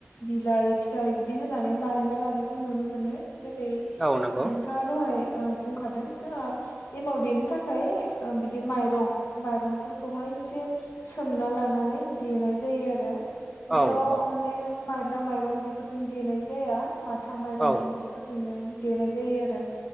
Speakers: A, on the left; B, in the centre.
A: बिलाइ फिथाइ बिदि होनानै बानायना लानायखौ नुनो मोनो। जेरै
B: औ नंगौ
A: आ नोंथाङा ओ दहाय बुंखादों जोंहा एमाव देनो थाखाय ओ बिदि माइरं माइरंफोरखौहाय इसे सोमना लानानै देनाय जायो आरो। बेयाव
B: औ औ
A: माने माइब्रा माइरं बेफोरजों देनाय जाया मा था माइरं
B: औ
A: बिदिफोरजोंनो देनाय जायो आरो